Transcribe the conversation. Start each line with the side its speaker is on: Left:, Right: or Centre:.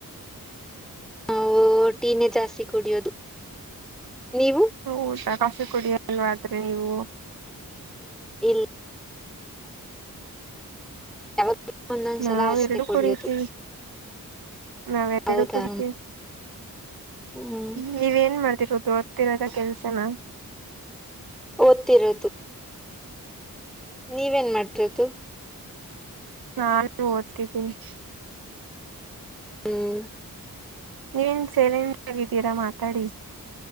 Centre: ನಾವು ಟೀನೇಜ್ ಜಾಸ್ತಿ ಕುಡಿಯೋದು ನೀವು
Right: ಊಟ ಕಾಫಿ ಕುಡಿಯಲ್ವ್ರೆ ನೀವು
Centre: ಇಲ್ಲ ಯಾವಾಗ್ಲೂ ಒಂದೊಂದ್ಸಲ
Right: ನಾವ್
Centre: ಅಷ್ಟೇ
Right: ಎರಡು
Centre: ಕುಡಿಯೋದು
Right: ಕೊಡತ್ತಿವಿ ನಾವೆರಡು
Centre: ಹೌದಾ
Right: ಕುಡಿಕವಿ
Centre: ಹ್ಮ್
Right: ನೀವೇನ್ ಮಾಡತಿರೋದು. ತಿರದ ಕೆಲ್ಸನಾ
Centre: ಓದ್ತಿರೋದು. ನೀವೇನ್ ಮಾಡ್ತಿರದು
Right: ನಾನು ಓದ್ತಿದ್ದೀನಿ.
Centre: ಹ್ಮ್
Right: ನೀವೇನ್ ಸೈಲೇಟ್ ಆಗಿದ್ದೀರಾ ಮಾತಾಡಿ.